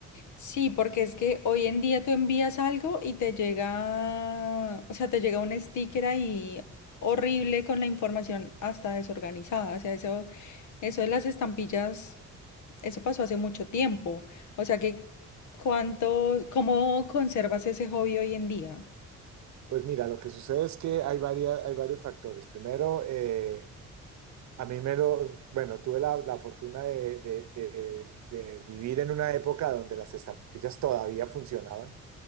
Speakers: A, on the left (about 75°); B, on the right (about 65°).
A: Sí, porque es que hoy en día tú envías algo y te llega, o sea, te llega un sticker ahí horrible con la información hasta desorganizada. O sea, eso Eso de las estampillas, eso pasó hace mucho tiempo. O sea que, ¿cuánto, cómo conservas ese hobby hoy en día?
B: Pues mira, lo que sucede es que hay varias, hay varios factores. Primero, eh, A mí me lo, bueno, tuve la, la fortuna de, de- de- de vivir en una época donde las estampillas todavía funcionaban